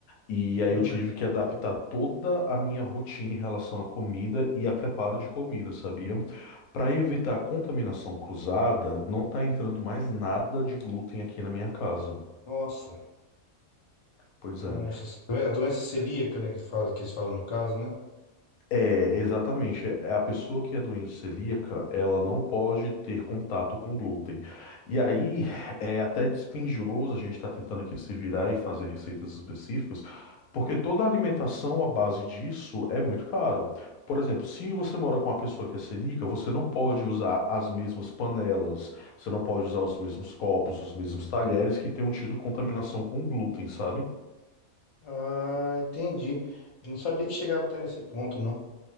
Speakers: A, on the left; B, on the left.
A: e
B: Hum,
A: aí eu tive que adaptar toda a minha rotina em relação à comida e a preparo de comida, sabia? Para evitar contaminação cruzada, não tá entrando mais nada de glúten aqui na minha casa.
B: nossa.
A: Pois
B: Nossa,
A: é.
B: é a doença celíaca, né, que fala, que eles falam no caso, né?
A: É, exatamente. É A pessoa que é doente celíaca, ela não pode ter contato com glúten. E aí é até dispendioso a gente estar tentando aqui se virar e fazer receitas específicas, porque toda a alimentação à base disso é muito caro. Por exemplo, se você mora com uma pessoa que é celíaca, você não pode usar as mesmas panelas, você não pode usar os mesmos copos, os mesmos talheres que tenham tido contaminação com glúten, sabe?
B: Ah, entendi. Eu não sabia que chegava até nesse ponto, não.